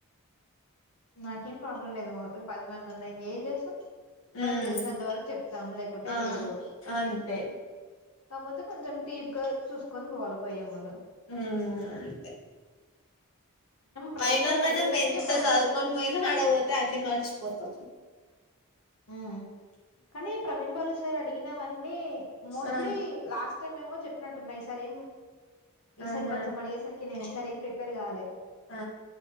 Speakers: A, on the left; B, on the left.
A: నాకేం ప్రాబ్లం లేదు పది మంది ఉన్నా ఇంకేం చేస్తాం
B: ఉమ్
A: మనకు తెలిసినంత వరకు చెప్తాము లేకుంటే
B: ఆ
A: లేదు
B: అంతే
A: కాకపోతే కొంచెం డీప్ గా చూసుకొని పోవాలి పోయ్యే ముందు
B: ఉ అంతే
A: ప్రవీణ్
B: అయినా
A: వాళ్ళు
B: మనం
A: అడిగేదానికే
B: ఎంత
A: మాక్సిమం
B: చదువుకొని పోయినా ఆడపోతే అన్ని మర్చిపోతాము
A: ఉ కానీ ప్రవీణ్, బాలు సార్ అడిగినవన్నీ మోస్ట్లీ
B: ఆ
A: లాస్ రేపు మేము చెప్పినట్టున్నా ఈసారి ఏం ఈసారి
B: ఆహా
A: కొంచెం అడిగేసరికి నేను ఈసారి ఏం ప్రిపేర్ కాలే
B: ఆ